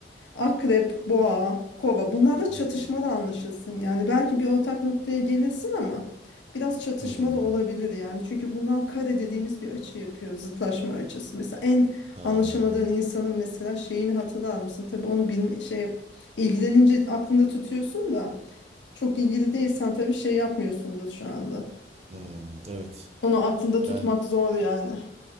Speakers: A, on the left; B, on the right.
A: Akrep, boğa, kova bunlarla çatışmalı
B: Hmm.
A: anlaşılsın. Yani belki bir ortak noktaya gelirsin ama biraz çatışmalı
B: Hmm.
A: olabilir yani. Çünkü bunlar kare dediğimiz bir açı yapıyor. Zıtlaşma açısı. Mesela en
B: Ha.
A: anlaşamadığın insanın mesela şeyini hatırlar mısın? Tabii onu bilme, şey ilgilenince aklında tutuyorsun da çok ilgili değilsen tabii şey yapmıyorsundur şu anda.
B: Hmm. Evet.
A: Onu aklında tutmak
B: Yani
A: zor yani.